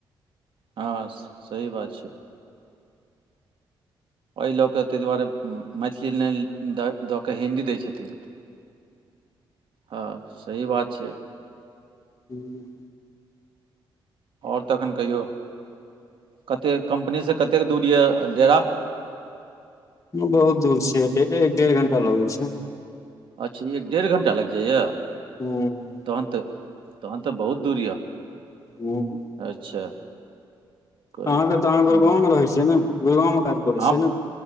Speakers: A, on the right; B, on the left.
A: हँ सही बात छय एहि लऽ कऽ तहि दुआरे मैथिली नहि दऽ दऽ कऽ हिन्दी दै छथिन हँ सही बात छय
B: हूँ
A: ओर तखन कहियौ कतेक कम्पनीसँ कतेक दूर यऽ डेरा
B: बहुत दूर छ एक डेढ़ घंटा लगै छै
A: अच्छा एक डेढ़ घण्टा लाइग जाइया
B: हूँ
A: तहन्त तहन तऽ बहुत दूरीय
B: हँ
A: अच्छा कोइ
B: अहाँ केत अहा गुड़गांव
A: वाह
B: रहय छियै ने गुड़गाँव करै
A: हम
B: छियै ने